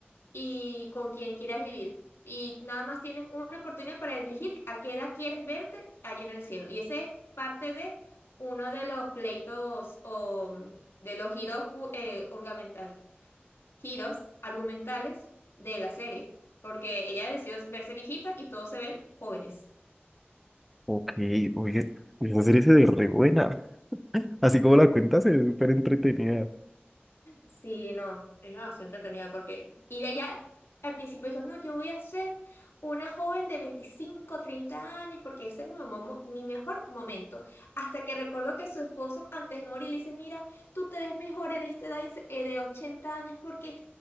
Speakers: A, on the left (about 85°); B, in the centre.
A: y con quien quieras vivir. Y nada más tienes una oportunidad para elegir a qué edad quieres verte allá en el cielo. Y ese es parte de uno de los pleitos o mm, de los giros ornamentales giros argumentales de la serie, porque ella decidió verse viejita y todos se ven jóvenes.
B: Ok, oye, esa serie se ve re buena. <laughs> Así como la cuenta se ve súper entretenida.
A: Sí, no, es demasiado entretenido porque ir allá al principio dijo, no, yo voy a ser una joven de 25 30 años porque ese es mi, momo- mi mejor momento. Hasta que recordó que su esposo antes de morir le dice, mira, tú te ves mejor en esta edad de de 80 años porque